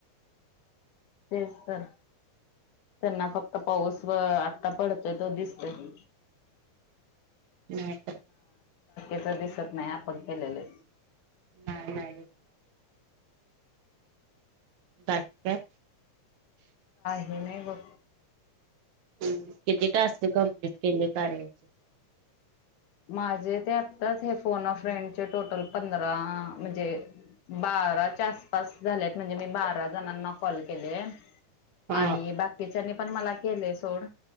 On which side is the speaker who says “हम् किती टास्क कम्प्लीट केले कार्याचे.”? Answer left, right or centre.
Right